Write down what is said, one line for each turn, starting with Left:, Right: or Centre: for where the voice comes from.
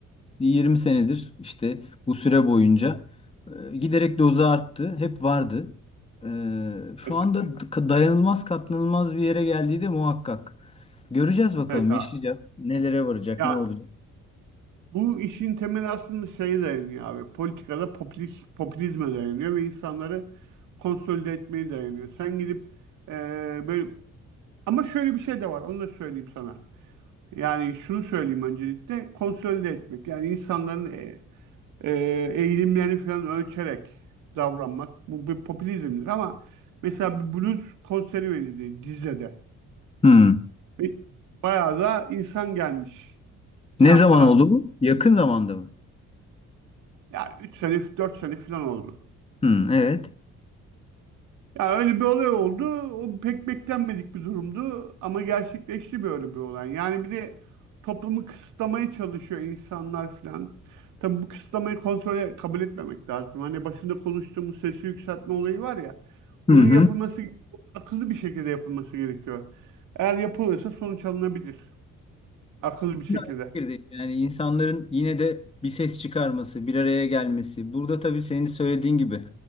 Left: 20 senedir işte bu süre boyunca e, giderek dozu arttı. Hep vardı. E, şu
Right: Mesela.
Left: anda d- dayanılmaz katlanılmaz bir yere geldiği de muhakkak. Göreceğiz bakalım,
Right: Evet abi.
Left: yaşayacağız. Nelere varacak,
Right: Ya
Left: ne olacak?
Right: bu işin temeli aslında şeye dayanıyor abi. Politikada popülist, popülizme dayanıyor ve insanları konsolide etmeye dayanıyor. Sen gidip eee, böyle ama şöyle bir şey de var. Onu da söyleyeyim sana. Yani şunu söyleyeyim öncelikle konsolide etmek. Yani insanların e, eğilimlerini falan ölçerek davranmak. Bu bir popülizmdir ama mesela bir blues konseri verildi Düzce'de.
Left: Hmm.
Right: Ve Bayağı da insan gelmiş
Left: Ne
Right: falan
Left: zaman
Right: falan.
Left: oldu bu? Yakın zamanda mı?
Right: Yani 3 sene 4 sene falan oldu.
Left: Hmm, evet.
Right: Ya öyle bir olay oldu. O pek beklenmedik bir durumdu ama gerçekleşti böyle bir olay. Yani bir de toplumu kısıtlamaya çalışıyor insanlar filan. Tabii bu kısıtlamayı kontrole kabul etmemek lazım. Hani başında konuştuğumuz sesi yükseltme olayı var ya.
Left: Hı
Right: Bunun
Left: hı.
Right: yapılması akıllı bir şekilde yapılması gerekiyor. Eğer yapılırsa sonuç alınabilir. Akıllı bir şekilde.
Left: Ben de aynı fikirdeyim. Yani insanların yine de bir ses çıkarması, bir araya gelmesi. Burada tabii senin söylediğin gibi